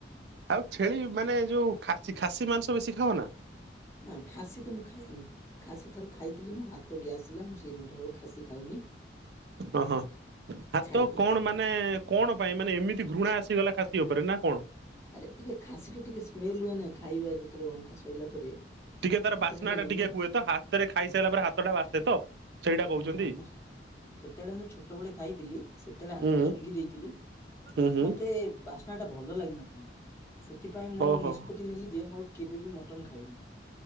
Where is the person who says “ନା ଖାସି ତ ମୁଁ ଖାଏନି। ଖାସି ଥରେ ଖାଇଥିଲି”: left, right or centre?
Left